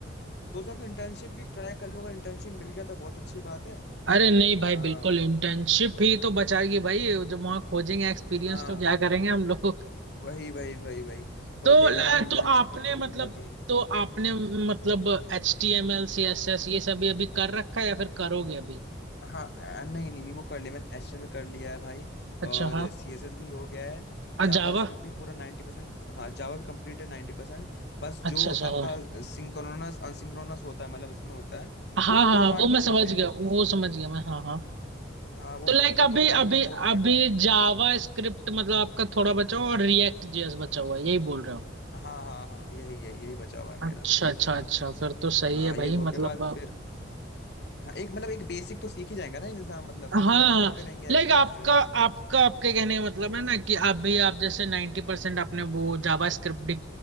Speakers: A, on the left; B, on the right.
A: सोच रहा हूँ कि इंटर्नशिप भी ट्राई कर लूँ अगर इंटर्नशिप मिल गया तो बहुत अच्छी बात है
B: अरे नहीं भाई
A: आ,
B: बिल्कुल इंटर्नशिप ही तो बचाएगी भाई जब वहां खोजेंगे एक्सपीरियंस
A: हाँ
B: तो क्या करेंगे हम लोग
A: वही वही वही वही थोड़ा
B: तो
A: देख
B: ल-
A: रहा हूँ कि इंटर्नशिप
B: तो आपने
A: वगैरह कहीं
B: मतलब
A: मिल जाती है
B: तो आपने मतलब एच टी एम एल सी एस एस ये सब ये अभी कर रखा है या फिर करोगे अभी
A: हाँ अ, नहीं नहीं नहीं वो कर लिया मैंने एचटीएमएल में कर लिया है भाई
B: अच्छा
A: और
B: हाँ
A: सीएसएस भी हो गया है
B: और
A: जावास्क्रिप्ट
B: जावा
A: भी पूरा 90% हाँ जावा भी कंप्लीट है 90% बस जो
B: अच्छा अच्छा
A: आपका
B: हाँ
A: सिंक्रोनस अनसिंक्रोनस होता है मतलब उसमें होता है
B: हाँ
A: वो
B: हाँ
A: दो
B: हाँ,
A: पार्ट
B: वो मैं
A: बचे
B: समझ
A: हुए हैं
B: गया वो समझ गया मैं हाँ हाँ
A: हाँ वो
B: तो लाइक
A: ब- वो
B: अभी
A: बचा हुआ-
B: अभी
A: वो होने के
B: अभी
A: बाद
B: जावा स्क्रिप्ट मतलब आपका थोड़ा बचा हुआ और रिएक्ट जेएस बचा हुआ है यही बोल रहे हो
A: हाँ हाँ हाँ हाँ, यही यही यही बचा हुआ है
B: अच्छा
A: मेरा
B: अच्छा अच्छा फिर तो सही
A: हाँ
B: है
A: ये
B: भाई
A: हो
B: मतलब
A: के बाद फिर हाँ, एक मतलब एक बेसिक तो सीख ही जाएगा ना इंसान मतलब फिर
B: हाँ
A: उसके बाद हम करते रहेंगे
B: लाइक
A: एक्स्ट्रा
B: आपका
A: एक्स्ट्रा
B: आपका आपके कहने का मतलब है ना कि आप भी आप जैसे 90% परसेंट आपने वो जावा स्क्रिप्ट भी